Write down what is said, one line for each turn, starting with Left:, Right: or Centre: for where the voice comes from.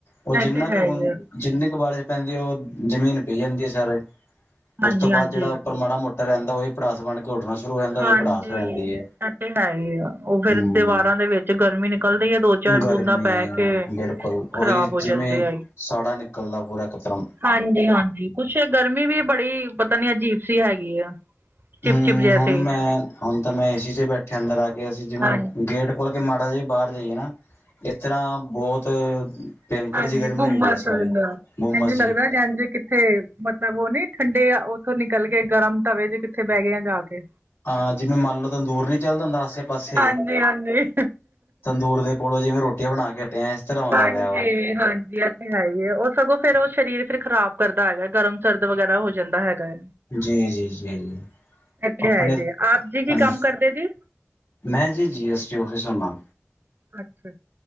Left: ਉਹ
Right: ਇਹ
Left: ਜਿੰਨਾ
Right: ਤੇ
Left: ਕੁ
Right: ਹੈ
Left: ਹੁਣ
Right: ਹੀ ਆ
Left: ਜਿੰਨੀ ਕੁ ਬਾਰਿਸ਼ ਪੈਂਦੀ ਉਹ ਜ਼ਮੀਨ ਪੀ ਜਾਂਦੀ ਹੈ ਸਾਰੇ,
Right: ਹਾਂਜੀ
Left: ਉਸ ਤੋਂ ਬਾਅਦ
Right: ਹਾਂਜੀ
Left: ਜਿਹੜਾ ਉੱਪਰ ਮਾੜਾ ਮੋਟਾ ਰਹਿੰਦਾ ਉਹਹੀ ਭੜਾਸ ਬਣ ਕੇ ਘੋਟਣਾ ਸ਼ੁਰੂ ਹੋ ਜਾਂਦਾ ਤੇ
Right: ਹਾਂਜੀ
Left: ਭੜਾਸ ਹੋ ਜਾਂਦੀ
Right: ਇਹ
Left: ਹੈ
Right: ਤੇ ਹੈ ਹੀ ਆ ਉਹ ਫੇਰ
Left: ਹਮ
Right: ਦੀਵਾਰਾਂ ਦੇ ਵਿੱਚ ਗਰਮੀ ਨਿਕਲਦੀ ਹੈ ਦੋ ਚਾਰ
Left: ਗਰਮੀ
Right: ਬੂੰਦਾਂ ਪੈ ਕੇ
Left: ਬਿਲਕੁਲ ਉਹੀ
Right: ਖ਼ਰਾਬ
Left: ਜਿਵੇਂ
Right: ਹੋ ਜਾਂਦੇ
Left: ਸਾਡਾ ਨਿਕ ਇਕੱਲ ਦਾ ਪੂਰਾ ਖਤਰਮ
Right: ਹਾਂਜੀ-ਹਾਂਜੀ, ਕੁਛ ਗਰਮੀ ਵੀ ਬੜੀ ਪਤਾ ਨੀ ਅਜੀਬ ਸੀ ਹੈਗੀ ਆ ਚਿਪ
Left: ਹਮ
Right: ਚਿਪ ਜੈਸੇ
Left: ਹੁਣ ਮੈਂ ਹੁਣ ਤਾਂ ਮੈਂ ਏਸੀ ਚ ਬੈਠਿਆ ਅੰਦਰ ਆ ਕੇ ਅਸੀਂ ਜਿਵੇਂ
Right: ਹਾਂਜੀ
Left: ਗੇਟ ਖੋਲ ਕੇ ਮਾੜਾ ਜਿਹਾ ਬਾਹਰ ਜਾਈਏ ਨਾ ਇਸ ਤਰ੍ਹਾਂ ਬਹੁਤ- ਭਿਅੰਕਰ
Right: ਹਾਂਜੀ
Left: ਜਿਹੀ ਗਰਮੀ
Right: ਗੁਮਸ
Left: ਹੋਈ ਹੈ ਇਸ ਵਾਰੀ
Right: ਦਾ
Left: ਬੋਮਸ
Right: ਇੰਝ
Left: ਜੀ
Right: ਲੱਗਦਾ ਜ ਥੇ ਮਤਲਬ ਉਹ ਨੀ ਠੰਡੇ ਉੱਥੋਂ ਨਿਕਲ ਕੇ ਗਰਮ ਤਵੇ ਜ ਕਿੱਥੇ ਬਹਿ ਗਏ ਆ ਜਾ ਕੇ
Left: ਹਾਂ ਜਿਵੇਂ ਮੰਨ ਲਓ ਤੰਦੂਰ ਨੀ ਚੱਲਦਾ ਹੁੰਦਾ ਆਸੇ-ਪਾਸੇ
Right: ਹਾਂਜੀ-ਹਾਂਜੀ
Left: ਤੰਦੂਰ ਦੇ ਕੋਲੋਂ ਜਿਵੇਂ ਰੋਟੀਆਂ ਬਣਾ ਕੇ ਹਟਿਆ ਇਸ ਤਰ੍ਹਾਂ ਹੋਇਆ
Right: ਹਾਂਜੀ
Left: ਪਿਆ ਵਾ
Right: ਹਾਂਜੀ ਇਹ ਤੇ ਹੈ ਹੀ ਹੈ ਉਹ ਸਗੋਂ ਫਿਰ ਉਹ ਸਰੀਰ ਫਿਰ ਖ਼ਰਾਬ ਕਰਦਾ ਹੈਗਾ ਗਰਮ ਸਰਦ ਵਗੈਰਾ ਹੋ ਜਾਂਦਾ ਹੈਗਾ ਹੈ
Left: ਜੀ ਜੀ ਜੀ ਜੀ
Right: ਅੱਛਾ
Left: ਆਪਣੇ
Right: ਜੀ' ਆਪ ਜੀ
Left: ਹਾਂਜੀ,
Right: ਕੀ ਕੰਮ ਕਰਦੇ ਜੀ
Left: ਮੈਂ ਜੀ-ਜੀ ਐੱਸ ਟੀ ਔਫਿਸ ਹੁੰਦਾ
Right: ਅੱਛਾ-ਅੱਛਾ